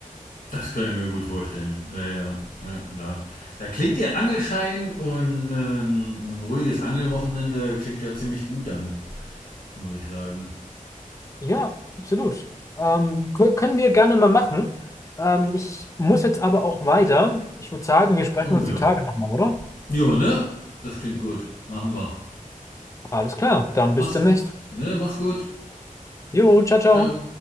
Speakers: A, on the left; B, on the left.
A: Das kann ich mir gut vorstellen. Ja, ja. ja da, da klingt der Angelschein und ähm, ein ruhiges Angelwochenende klingt ja ziemlich gut dann, muss ich sagen.
B: Ja, absolut. Ähm, kö- können wir gerne mal machen. Ähm, ich muss jetzt aber auch weiter. Ich würde sagen, wir sprechen
A: Oh
B: uns
A: ja.
B: die Tage nochmal, oder?
A: Ja, ne? Das klingt gut. Machen wir.
B: Alles klar, dann
A: Mach's,
B: bis demnächst.
A: ne? Mach's gut.
B: Jo, ciao, ciao.
A: Ciao.